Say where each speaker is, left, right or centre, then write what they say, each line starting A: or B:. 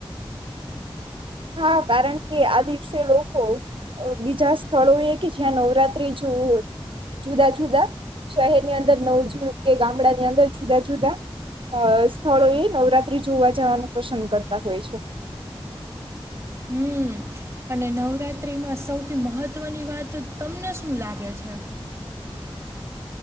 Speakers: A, on the right; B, on the right.
A: હા કારણ કે આ દિવસે લોકો બીજા સ્થળોએ કે જ્યાં નવરાત્રી જોવું જુદા જુદા શહેરની અંદર નવજુદા કે ગામડાની અંદર જુદા જુદા સ્થળોએ નવરાત્રી જોવા જવાનું પસંદ કરતા હોય છે
B: હમ અને નવરાત્રીમાં સૌથી મહત્વની વાત તમને શું લાગે છે